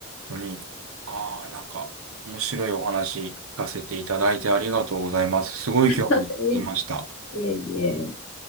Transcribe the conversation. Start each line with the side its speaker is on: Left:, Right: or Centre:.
Right: 当に、ああ、なんか、面白いお話聞かせていただいてありがとうございます。すごい興味出ました。
Left: <laughs> いえいえいえ